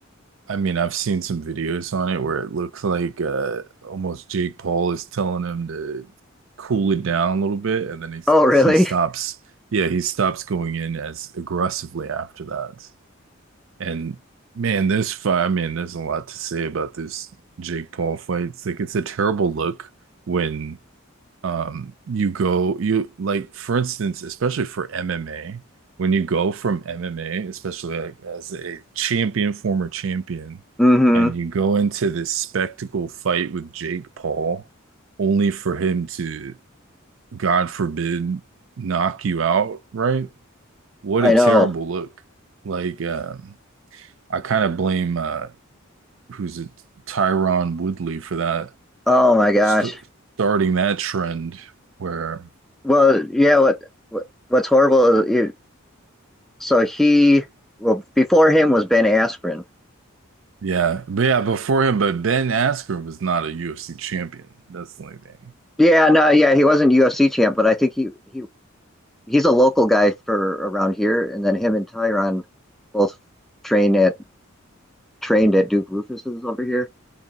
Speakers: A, on the right; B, in the centre.
A: I mean, I've seen some videos on it where it looks like uh almost Jake Paul is telling him to cool it down a little bit, and then he
B: Oh, really?
A: he stops,
B: <laughs>
A: yeah, he stops going in as aggressively after that. And man, this fight, I mean, there's a lot to say about this Jake Paul fight. It's like it's a terrible look when um you go you like for instance, especially for MMA, when you go from MMA, especially like as a champion, former champion,
B: Mm-hmm.
A: and you go into this spectacle fight with Jake Paul only for him to, God forbid, knock you out, right? What
B: I
A: a terrible
B: know.
A: look. Like, um I kind of blame uh, who's it, Tyron Woodley for that
B: Oh my gosh.
A: st starting that trend where
B: Well, yeah. What, what what's horrible? Is you, so he well before him was Ben Askren.
A: yeah, but yeah, before him, but Ben Askren was not a UFC champion. That's the only thing.
B: Yeah, no, yeah, he wasn't UFC champ, but I think he he he's a local guy for around here, and then him and Tyron both trained at trained at Duke Rufus's over here,